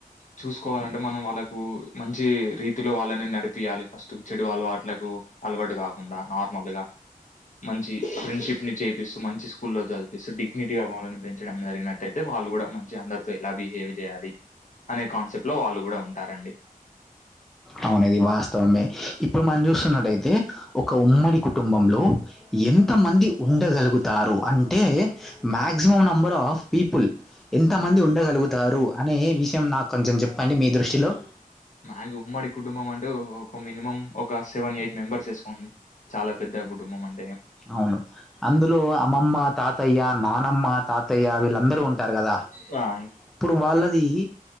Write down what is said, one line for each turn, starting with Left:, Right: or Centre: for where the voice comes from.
Left: చూసుకోవాలంటే మనం వాళ్ళకు మంచి రీతి వృత్తిలో వాళ్ళని నడిపియాలి ఫస్ట్ చెడు అలవాట్లకు అలవాటు కాకుండా నార్మల్ గా మంచి ఫ్రెండ్షిప్ ని చేపిస్తూ మంచి స్కూల్లో చదిపిస్తూ డిగ్నిటీగా వాళ్ళని పెంచడం జరిగినట్ యితే వాళ్ళ కూడ మంచి అందరితో ఎలా బిహేవ్ చేయాలి అనే కాన్సెప్ట్ లో వాళ్ళు కూడ ఉంటారండి
Centre: అవును అది వాస్తవమే ఇప్పుడు మనం చూస్తున్నట్టయితే ఒక ఉమ్మడి కుటుంబంలో ఎంత మంది ఉండగలుగుతారు అంటే మ్యాక్సిమమ్ నెంబర్ ఆఫ్ పీపుల్ ఎంతమంది ఉండగలుగుతారు అనే విషయం నాకు కొంచెం చెప్పండి మీ దృష్టిలో
Left: మ ఉమ్మడి కుటుంబం అంటె ఒక మినిమం ఒక సెవెన్ ఎయిట్ మెంబర్స్ వేసుకోండి చాలా పెద్ద ద కుటుంబం అని
Centre: అవును అందులో అమ్మమ్మ తాతయ్య నానమ్మ తాతయ్య వీళ్ళందరూ ఉంటారు కదా
Left: వా
Centre: ఇప్పుడు వాళ్ళది